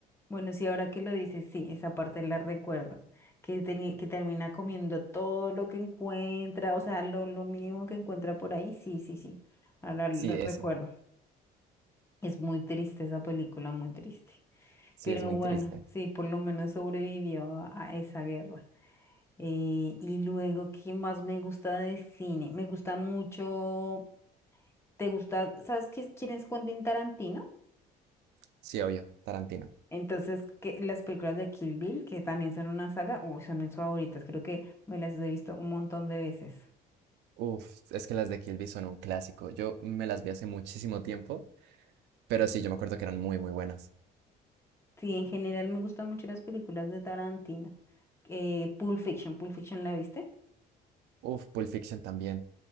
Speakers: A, on the left (about 15°); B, on the right (about 80°).
A: Bueno, sí, ahora que lo dices, sí, esa parte la recuerdo, que, teni- que termina comiendo todo lo que encuentra, o sea, lo, lo mínimo que encuentra por ahí, sí, sí, sí, ahora lo
B: Sí,
A: recuerdo.
B: eso.
A: Es muy triste esa película, muy triste,
B: Sí,
A: pero
B: es muy
A: bueno,
B: triste.
A: sí, por lo menos sobrevivió a, a esa guerra. Eh, y luego, ¿qué más me gusta de cine? Me gusta mucho, ¿te gusta, sabes qué, quién es Quentin Tarantino?
B: Sí, obvio, Tarantino.
A: Entonces, que las películas de Kill Bill, que también son una saga, uy, son mis favoritas, creo que me las he visto un montón de veces.
B: Uf, es que las de Kill Bill son un clásico. Yo me las vi hace muchísimo tiempo, pero sí, yo me acuerdo que eran muy, muy buenas.
A: Sí, en general me gustan mucho las películas de Tarantino. Eh, Pulp Fiction, ¿Pulp Fiction la viste?
B: Uf, Pulp Fiction también.